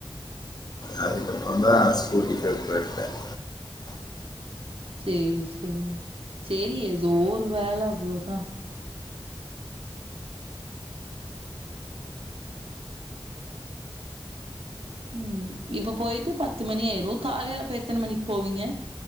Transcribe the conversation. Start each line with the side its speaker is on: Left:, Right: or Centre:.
Left: அவன் ஒன்னுமே பண்ணல இப்பதான் ஸ்கூட்டி பெப் எடுத்தேன்
Right: சேரி சேரினா சேரி ஏதோ ஒரு வேல அவ்ளவுதா ம் இப்போ போய்ட்டு பத்து மணி ஆயிரு காலையில அப்ப எத்தன மணிக்கு போவீங்க